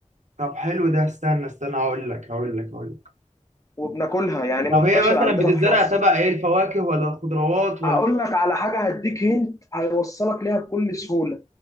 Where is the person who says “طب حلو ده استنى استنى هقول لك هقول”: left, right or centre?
Right